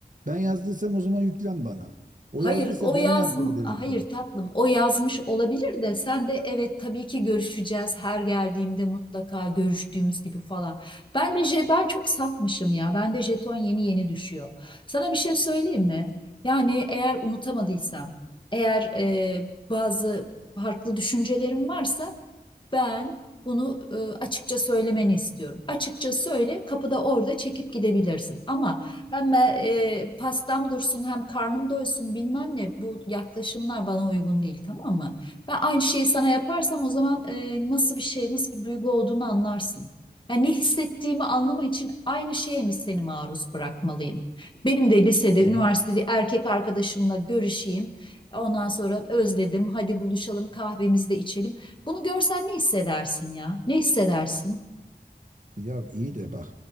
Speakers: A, on the right; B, on the left.
A: Ben yazdıysam o zaman yüklen bana. O
B: Hayır,
A: yazdıysa
B: o
A: ben
B: yaz,
A: ne yapabilirim
B: hayır
A: ki?
B: tatlım, o yazmış olabilir de sen de evet tabii ki görüşeceğiz her geldiğimde mutlaka görüştüğümüz gibi falan. Ben de je- ben çok safmışım ya. Ben de jeton yeni yeni düşüyor. Sana bir şey söyleyeyim mi? Yani eğer unutamadıysam, eğer e, bazı farklı düşüncelerim varsa ben bunu e, açıkça söylemeni istiyorum. Açıkça söyle, kapıda orada çekip gidebilirsin. Ama hem ben, e, pastam dursun hem karnım doysun bilmem ne bu yaklaşımlar bana uygun değil tamam mı? Ben aynı şeyi sana yaparsam o zaman e, nasıl bir şey, nasıl bir duygu olduğunu anlarsın. Yani ne hissettiğimi anlama için aynı şeye mi seni maruz bırakmalıyım? Benim de lisede,
A: Ya
B: üniversitede erkek arkadaşımla görüşeyim. Ondan sonra özledim, hadi buluşalım kahvemizi de içelim. Bunu görsen ne hissedersin ya? Ne hissedersin?
A: Ya iyi de bak